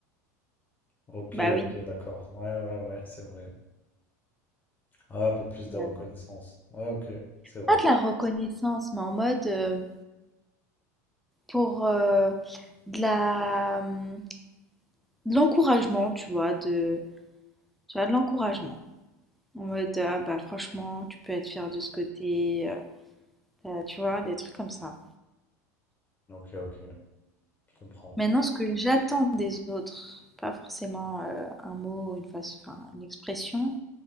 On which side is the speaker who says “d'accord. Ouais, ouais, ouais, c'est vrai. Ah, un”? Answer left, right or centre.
Left